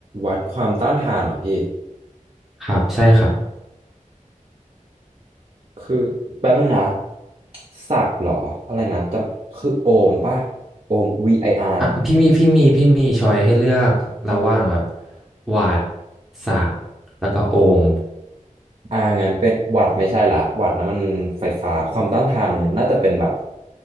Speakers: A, on the right; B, in the centre.
A: วัดความต้านทานเหรอพี่
B: ครับใช่ครับ
A: คือแป๊บนึงนะศักดิ์เหรออะไรนะจำคือโอห์มป่ะโอห์มวีไออาร
B: อ่ะพี่มีพี่มีพี่มีช้อยให้เลือกระหว่างแบบ
A: r
B: วัตต์ศาก์แล้วก็โอห์ม
A: อ่างั้นเป็นหวัดไม่ใช่ละหวัดนะมันไฟฟ้า ความต้านทานมันน่าจะเป็นแบบ